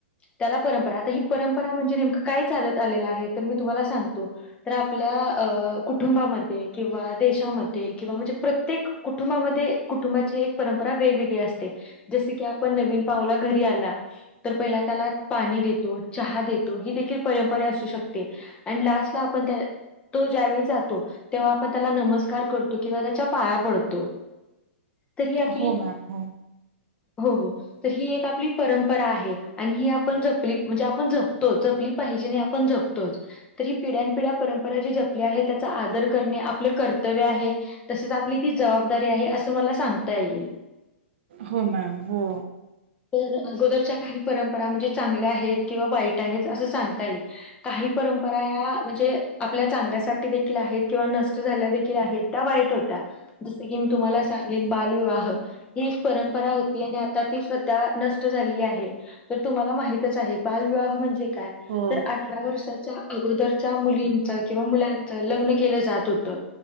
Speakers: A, on the left; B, on the right.
A: त्याला परंपरा आता ही परंपरा म्हणजे नेमकं काय चालत आलेलं आहे तर मी तुम्हाला सांगतो. तर आपल्या अ कुटुंबामध्ये किंवा देशामध्ये किंवा म्हणजे प्रत्येक कुटुंबामध्ये कुटुंबाचे वेगवेगळे असते जस की आपण नवीन पाहला घरी आला तर पहिला त्याला पाणी देतो चहा देतो ही देखील परंपरा असू शकते. लाट ला आप तो ज्याळी जातो तेव्हा आपण त्याला नमस्कार करतो. किंवा त्याच्या पाया पडतो. तर ही आपली
B: हो मॅम हो
A: हो हो तर ही एक आपली परंपरा आहे आणि ही आपण जपली म्हणजे आपण जपतो जपली पाहिजे नाही ण जपतोच ही पिढ्यापिढ्या परंपरा जी जपली आहे त्याचा आदर कर आपलं कर्तव्य आहे तसेच आपली ती जबाबदारी आहे असं मला सांगता येईल.
B: हो मॅम हो
A: तर अगोदरच्या काही परंपरा म्हणजे चांगल्या आहेत किंवा वाईट आहेत असं सांगता येईल. काही परंपरा या म्हणजे आपल्या चांगल्यासाठी देखील आहेत किंवा नष्ट झाल्या देखील आहेत त्या वाईट ज की मी तुम्हाला सांगेन बालविवाह ह परंपरा होती आता ती सध्या नष्ट झालेली आहे तर तुम्हाला माहितच आहे बालविवाह म्हणजे काय
B: हो.
A: तर अठरा वर्षाच्या अगोदरच्या मुलींच किंवा मुलांच लग्न केलं जात होतं